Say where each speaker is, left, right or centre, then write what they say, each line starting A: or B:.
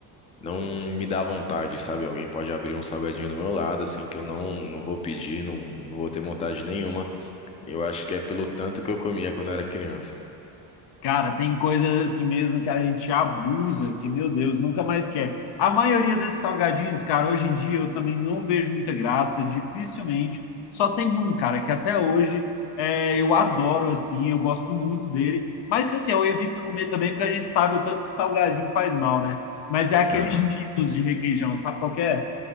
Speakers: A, on the left (about 15°); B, on the left (about 70°).
A: não me dá vontade, sabe? Alguém pode abrir um salgadinho do meu lado, assim, que eu não não vou pedir, não, não vou ter vontade nenhuma. Eu acho que é pelo tanto que eu comia quando era criança.
B: Cara, tem coisas assim mesmo que a gente abusa, que, meu Deus, nunca mais quer. A maioria desses salgadinhos, cara, hoje em dia eu também não vejo muita graça, dificilmente. Só tem um, cara, que até hoje é, eu adoro, assim, eu gosto muito dele. Mas que, assim, eu evito comer também, porque a gente sabe o tanto que salgadinho faz mal, né? Mas é aqueles
A: Aham.
B: Cheetos de requeijão, sabe qual que é?